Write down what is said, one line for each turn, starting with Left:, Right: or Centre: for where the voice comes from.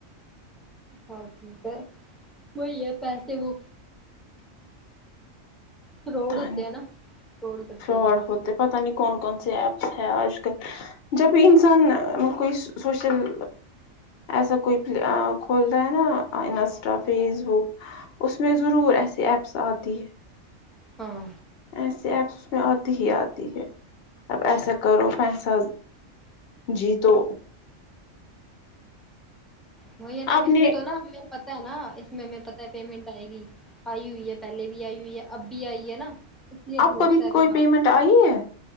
Centre: ہاں ٹھیک ہے وہئی ہے پیسے وہ فراڈ
Left: تھانی
Centre: ہوتے ہیں نا کرتے
Left: فراڈ
Centre: ہیں
Left: ہوتے پتا نہیں کون کون سے ایپس ہے اج کل جب یہی انسان کوئی سوشل ایسا کوئی ایپ کھولتا ہے نا انسٹا
Centre: ہاں
Left: فیس وہ اس میں ضرور ایسی ایپس اتی ہے
Centre: ہاں
Left: ایسے ایپس اس میں اتی ہی اتی ہے اب ایسا کرو پیسہ جی تو
Centre: وہی ہے نا
Left: آپ
Centre: اب اس
Left: نے
Centre: میں تو نا ہم پتا ہے نا اس میں پتا ہے پیمنٹ ائے گی ائی ہوئی ہے پہلے بھی ائی ہوئی ہے اب بھی ائی ہے نا اس لیے
Left: اپ
Centre: بھروسہ
Left: کو ابھی
Centre: بھی
Left: کوئی
Centre: نہ
Left: پیمنٹ ائی ہے